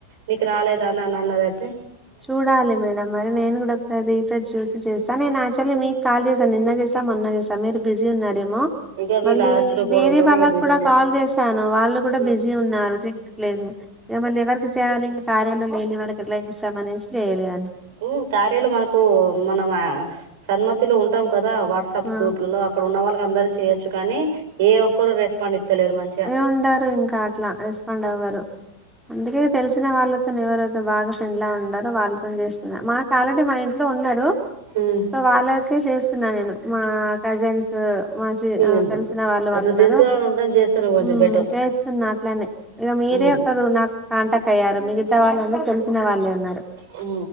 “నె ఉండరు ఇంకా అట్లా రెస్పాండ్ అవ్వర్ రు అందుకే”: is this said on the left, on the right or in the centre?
Centre